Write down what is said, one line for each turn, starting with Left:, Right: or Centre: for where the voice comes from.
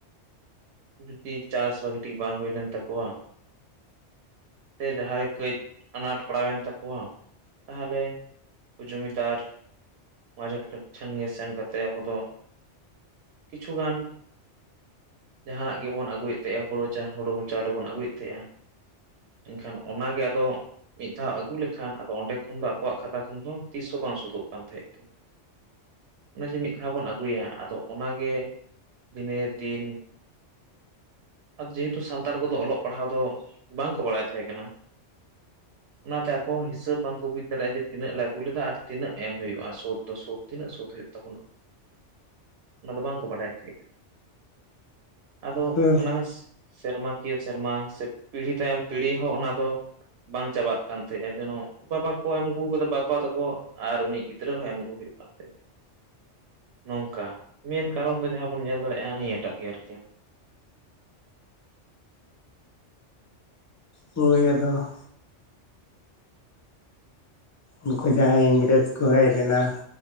Right: ᱡᱩᱫᱤ ᱪᱟᱥ ᱵᱷᱟᱹᱜᱤ ᱴᱷᱤᱠ ᱵᱟᱝ ᱦᱩᱭ ᱞᱮᱱ ᱛᱟᱠᱚᱣᱟ ᱥᱮ ᱡᱟᱦᱟᱸ ᱨᱮ ᱠᱟᱹᱡ ᱟᱱᱟᱴ ᱯᱟᱲᱟᱣᱮᱱ ᱛᱟᱠᱚᱣᱟ ᱛᱟᱦᱚᱞᱮ ᱠᱩ ᱡᱚᱢᱤᱫᱟᱨ ᱢᱟᱡᱚᱠᱟᱨ ᱴᱷᱮᱱᱜᱮ ᱥᱮᱱ ᱠᱟᱛᱮᱫ ᱟᱵᱚ ᱫᱚ ᱠᱤᱪᱷᱩᱜᱟᱱ ᱡᱟᱦᱟᱱᱟᱜ ᱜᱮᱵᱚᱱ ᱟᱹᱜᱩᱭᱮᱫ ᱛᱟᱦᱮᱸᱜ ᱦᱩᱲᱩ ᱪᱟ ᱦᱩᱲᱩ ᱵᱚᱱ ᱪᱟᱣᱞᱮ ᱵᱚᱱ ᱟᱹᱜᱩᱭᱮᱫ ᱛᱟᱦᱮᱸᱜᱼᱟ ᱾ ᱮᱱᱠᱷᱟᱱ ᱚᱱᱟᱜᱮ ᱟᱫᱚ ᱢᱤᱫ ᱫᱷᱟᱣ ᱟᱹᱜᱩ ᱞᱮᱠᱷᱟᱱ ᱟᱫᱚ ᱚᱸᱰᱮ ᱠᱷᱚᱱ ᱫᱚ ᱟᱠᱚᱣᱟᱜ ᱠᱷᱟᱛᱟ ᱠᱷᱚᱱ ᱫᱚ ᱛᱤᱥ ᱦᱚᱸ ᱵᱟᱝ ᱥᱳᱫᱷᱚᱜ ᱠᱟᱱ ᱛᱟᱦᱮᱸ ᱠᱟᱱᱟ ᱚᱱᱮ ᱡᱮ ᱢᱤᱫ ᱫᱷᱟᱣ ᱵᱚᱱ ᱟᱹᱜᱩᱭᱟ ᱟᱫᱚ ᱚᱱᱟᱜᱮ ᱫᱤᱱᱮᱨ ᱫᱤᱱ ᱟᱨ ᱡᱮᱦᱮᱛᱩ ᱥᱟᱱᱛᱟᱲ ᱠᱚᱫᱚ ᱚᱞᱚᱜ ᱯᱟᱲᱦᱟᱣ ᱫᱚ ᱵᱟᱝ ᱠᱚ ᱵᱟᱲᱟᱭ ᱛᱟᱦᱮᱸ ᱠᱟᱱᱟ ᱾ ᱚᱱᱟᱛᱮ ᱟᱠᱚ ᱦᱤᱥᱟᱹᱵᱽ ᱵᱟᱝᱠᱚ ᱵᱩᱡ ᱫᱟᱲᱮᱭᱟᱜᱼᱟ ᱡᱮ ᱛᱤᱱᱟᱹᱜ ᱞᱮ ᱟᱹᱜᱩ ᱞᱮᱫᱟ ᱟᱨ ᱛᱤᱱᱟᱹᱜ ᱮᱢ ᱦᱩᱭᱩᱜᱼᱟ ᱥᱩᱫ ᱫᱚ ᱥᱩᱫ ᱛᱤᱱᱟᱹᱜ ᱥᱳᱫᱷ ᱦᱩᱭᱩᱜ ᱛᱟᱵᱚᱱᱟ ᱚᱱᱟ ᱫᱚ ᱵᱟᱝᱠᱚ ᱵᱟᱰᱟᱭ ᱫᱟᱲᱮ ᱛᱟᱦᱮᱫ ᱟᱫᱚ
Left: ᱦᱳᱭ
Right: ᱚᱱᱟᱱᱟᱜ ᱥᱮᱨᱢᱟᱠᱤᱭᱟᱹ ᱥᱮᱨᱢᱟ ᱥᱮ ᱯᱤᱲᱦᱤ ᱛᱟᱭᱚᱢ ᱯᱤᱲᱦᱤ ᱦᱚᱸ ᱚᱱᱟ ᱫᱚ ᱵᱟᱝ ᱪᱟᱵᱟᱜ ᱠᱟᱱ ᱛᱟᱦᱮᱸᱜᱼᱟ ᱡᱮᱱᱚ ᱵᱟᱵᱟ ᱠᱚ ᱮᱢ ᱟᱹᱜᱩ ᱟᱠᱟᱫᱟ ᱵᱟᱵᱟ ᱛᱟᱠᱚ ᱟᱨ ᱩᱱᱤ ᱜᱤᱫᱽᱨᱟᱹ ᱦᱚᱸ ᱮᱢ ᱟᱜᱩ ᱦᱩᱭᱩᱜ ᱠᱟᱱ ᱛᱮ ᱱᱚᱝᱠᱟ ᱢᱮᱱ ᱠᱟᱨᱚᱱ ᱫᱚ ᱡᱟᱦᱟᱸ ᱵᱚᱱ ᱧᱮᱞ ᱫᱟᱲᱮᱭᱟᱜᱼᱟ ᱱᱤᱭᱟᱹᱴᱟᱜ ᱜᱮ ᱟᱨᱠᱤ ᱾
Left: ᱦᱳᱭ ᱟᱫᱚ ᱩᱱᱠᱩ ᱡᱟᱦᱟᱸᱭ ᱤᱝᱨᱮᱡᱽ ᱠᱚ ᱦᱮᱡ ᱞᱮᱱᱟ